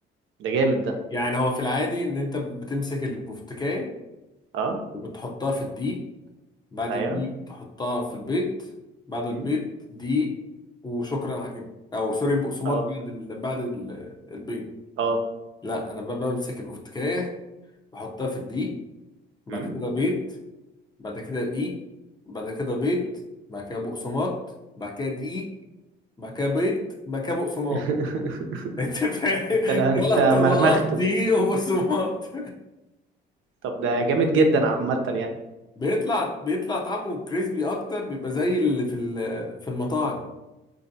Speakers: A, on the right; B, on the left.
A: ده جامد ده
B: يعني هو في العادي ان انت بتمسك البفتكايه
A: اه
B: وبتحطها في الدقيق بعد
A: ايوه
B: الدقيق تحطها في البيض بعد البيض
A: امم
B: دقيق وشكرا على كده او سوري بقسماط
A: اه
B: بعد ال... بعد ال... البيض
A: اه
B: لا انا بقى بمسك البفتكايه بحطها في الدقيق بعد
A: امم
B: كده بيض بعد كده دقيق بعد كده بيض
A: أمم.
B: بعد كده بقسماط بعد كده دقيق بعد كده بيض بعد كده بقسماط
A: <laughs>
B: <laughs> انت فاهم
A: انت لا انت
B: ثلاث
A: مرمخته
B: طبقات دقيق وبقسماط
A: طب ده جامد جدا عامه يعني
B: بيطلع بيطلع طعمه كريسبي اكتر بيبقى زي اللي في ال- في المطاعم